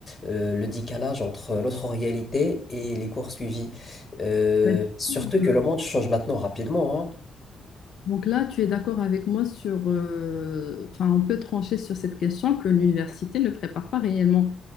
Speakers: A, on the left (about 25°); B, on the left (about 65°).
A: euh, le décalage entre notre réalité et les cours suivis. Euh,
B: Bah,
A: surtout que
B: Euh,
A: le monde change maintenant rapidement, hein.
B: Donc là, tu es d'accord avec moi sur, euh, enfin, on peut trancher sur cette question que l'université ne prépare pas réellement